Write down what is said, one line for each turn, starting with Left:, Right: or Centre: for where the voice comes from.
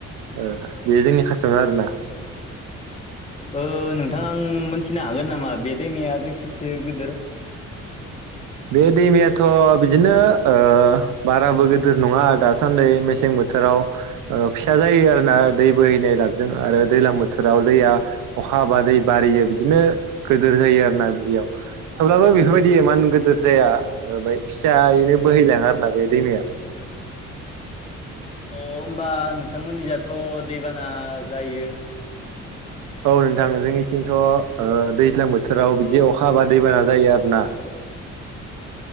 Right: ओ बेयो जोंनि खाथियावनो आरो ना।
Left: ओ नोंथां आं मोनथिनो हागोन नामा बे दैमाया बेसेसो गिदिर।
Right: बे दैमायाथ बिदिनो ओ बाराबो गिदिर नङा दासान्दि मेसें बोथोराव। ओ फिसा जायो आरोोना दै बोहैनाय लाबजों आरो दैज्लां बोथोराव दैया। अखा हाबा दै बारियो बिदिनो गिदोर जायो आरो ना बेयाव। थेवब्लाबो बेफोरबायदि मान गिदिर जाया ओफ्राय फिसायैनो बोहैलाङो आरोोना बे दैमाया।
Left: अ होनोमबा नोंथांमोननियाथ दैबाना जायो।
Right: औ नोंथां जोंनिथिंथ ओ दैज्लां बोथोराव बिदि अखा ह बा दैबाना जायो आरो ना।